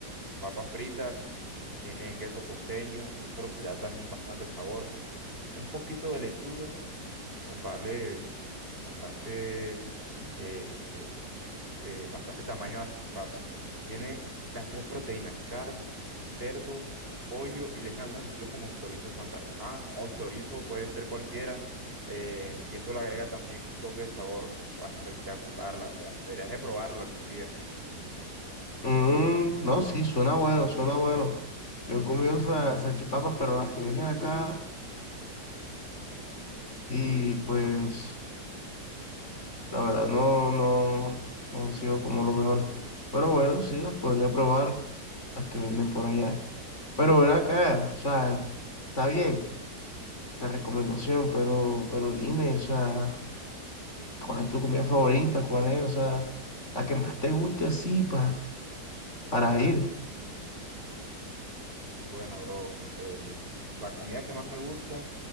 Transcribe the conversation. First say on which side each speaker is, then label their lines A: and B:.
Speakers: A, on the right; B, on the left.
A: papas fritas, tiene queso costeño, eso le da también bastante sabor un poquito de lechuga, como para darle bastante, eh, eh, que bastante tamaño a la salchipapa. Tiene las tres proteínas, carne, cerdo, pollo, y le echan algunos embutidos como chorizo santarrosano o chorizo, puede ser cualquiera. eh, y esto le agrega también un toque de sabor ah, espectacular, la verdad. Deberías de probarlo algún día.
B: mm, no, sí, suena bueno, suena bueno. Yo he comido sa- salchipapas, pero las que venden acá y pues... La verdad, no, no, no han sido como lo mejor. Pero bueno, sí, las podría probar, las que venden por allá. Pero ven acá, o sea, está bien la recomendación, pero, pero dime, o sea, ¿cuál es tu comida favorita? ¿Cuál es, o sea, la que más te guste así pa- para ir?
A: Bueno, bro, el- la comida que más me gusta